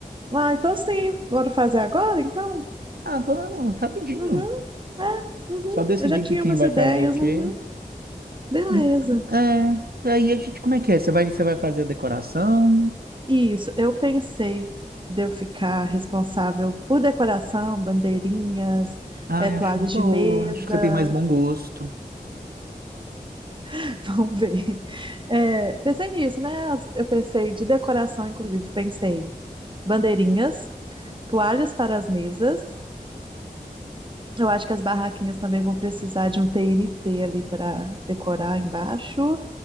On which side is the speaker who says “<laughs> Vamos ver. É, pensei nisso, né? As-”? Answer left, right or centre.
Right